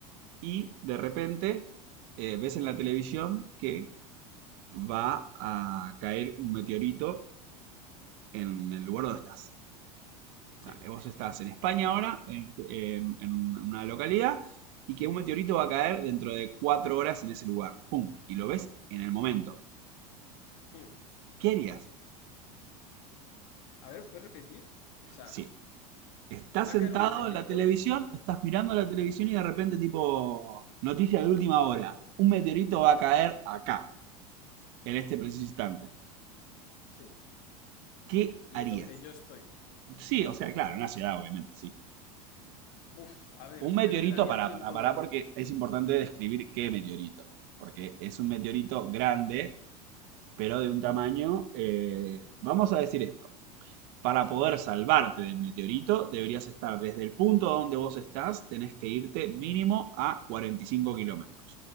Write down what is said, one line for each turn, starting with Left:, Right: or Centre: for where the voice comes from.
Right: y
Left: Mm,
Right: de repente eh, ves en la televisión que va a caer un meteorito en el lugar donde estás. O
Left: sí.
Right: sea, vos estás en España ahora, en, en- en una localidad, y que un meteorito va a caer dentro de cuatro horas en ese lugar. ¡Pum! Y lo ves en el momento.
Left: Mm.
Right: ¿Qué harías?
Left: A ver, ¿puedes repetir? O sea,
Right: Sí, Estás
Left: va
Right: sentado
Left: a caer un meteorito.
Right: en la televisión, estás mirando la televisión y de repente tipo noticia de última hora. Un meteorito va a caer acá, en este preciso instante.
Left: Sí.
Right: ¿Qué
Left: Y
Right: harías?
Left: es donde yo estoy.
Right: Sí, o sea, claro, en una ciudad obviamente, sí.
Left: Buf, a ver,
Right: Un meteorito,
Left: pero me daría
Right: pará,
Left: tiempo.
Right: pará, pará, porque es importante describir qué meteorito. Porque es un meteorito grande, pero de un tamaño... eh, vamos a decir esto. para poder salvarte del meteorito, deberías estar desde el punto donde vos estás, tenés que irte mínimo a 45 kilómetros.